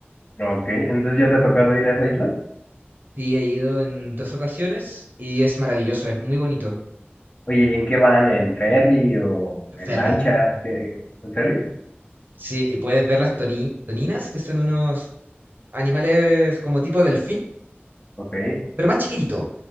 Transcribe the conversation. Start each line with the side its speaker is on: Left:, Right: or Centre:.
Left: Ok, entonces ya te ha tocado ir a esa isla.
Right: Sí, he ido en dos ocasiones y es maravilloso, es muy bonito.
Left: Oye, ¿y en qué van? ¿En ferry o en
Right: Ferry.
Left: lancha? ¿Qué- ¿En ferry?
Right: Sí, y puedes ver las toni- toninas, que son unos animales como tipo delfín,
Left: Ok.
Right: pero más chiquitito.